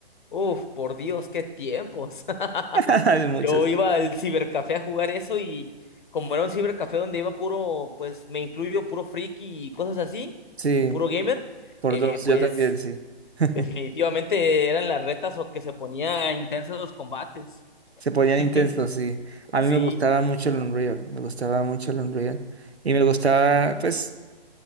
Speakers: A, on the left (about 50°); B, on the right (about 80°).
A: uf, por Dios, qué tiempos. <laughs>
B: <laughs> Hace muchos,
A: Yo
B: sí.
A: iba al cibercafé a jugar eso y como era un cibercafé donde iba puro, pues me incluyo puro friki y cosas así,
B: Sí,
A: o puro gamer,
B: por
A: eh,
B: dos,
A: pues
B: yo también, sí. <laughs>
A: definitivamente eran las retas o que se ponía intensos los combates.
B: Se ponían
A: <laughs>
B: intensos, sí. A
A: Sí.
B: mí me gustaba mucho el Unreal, me gustaba mucho el Unreal. Y me gustaba, pues,